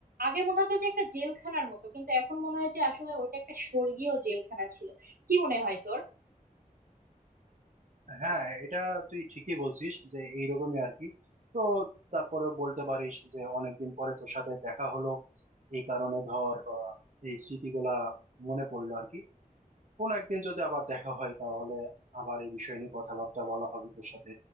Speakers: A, on the right (about 85°); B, on the right (about 60°).
A: আগে মনে হতো যে একটা জেলখানার মতো কিন্তু এখন মনে হয় যে আসলে ওইটা একটা স্বর্গীয় জেলখানা ছিল কি মনে হয় তোর
B: হ্যাঁ এটা তুই ঠিকই বলছিস যে এইরকমই আর কি তো তারপরে বলতে পারিস যে অনেকদিন পরে তোর সাথে দেখা হলো এই কারণে ধর আহ, এই স্মৃতিগুলা মনে পড়লো আর কি কোন একদিন যদি আবার দেখা হয় তাহলে আবার এই বিষয় নিয়ে কথাবার্তা বলা হবে তোর সাথে